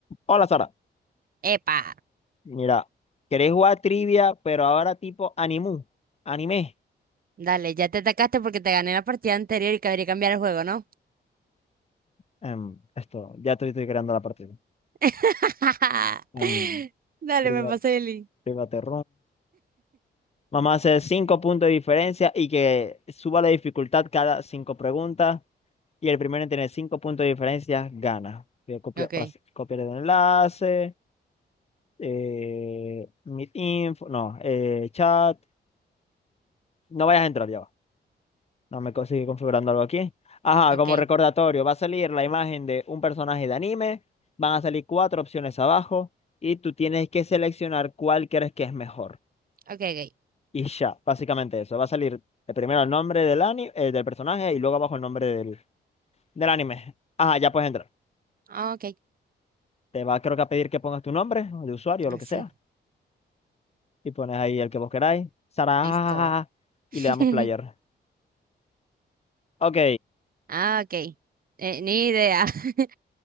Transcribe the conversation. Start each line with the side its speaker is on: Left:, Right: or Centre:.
Left: Hola Sara,
Right: Epa,
Left: mira, ¿querés jugar trivia, pero ahora tipo animu, anime?
Right: dale, ya te atacaste porque te gané la partida anterior y cabría cambiar el juego, ¿no?
Left: Em, esto, ya estoy, estoy creando la partida.
Right: <laughs>
Left: Em,
Right: Dale,
Left: priva-
Right: me pasé el link.
Left: private Vamos a hacer cinco puntos de diferencia y que suba la dificultad cada cinco preguntas. Y el primero en tener cinco puntos de diferencia gana. Voy a copiar,
Right: Okay,
Left: pas- copiar el enlace, eh, meet info, no, eh, chat. No vayas a entrar ya va. No me co- sigue configurando algo aquí. Ajá,
Right: okay,
Left: como recordatorio, va a salir la imagen de un personaje de anime, van a salir cuatro opciones abajo y tú tienes que seleccionar cuál crees que es mejor.
Right: okay,
Left: Y ya, básicamente eso. Va a salir eh, primero el nombre del ani- eh, del personaje y luego abajo el nombre del, del anime. Ajá, ya puedes entrar.
Right: okay, okay,
Left: Te va creo que a pedir que pongas tu nombre o de usuario o lo
Right: así,
Left: que sea y pones ahí el que vos queráis. Sara ja,
Right: listo.
Left: ja, ja, ja, y
Right: <laughs>
Left: le damos player. Ok,
Right: Ah, okay, Eh, ni idea. <laughs>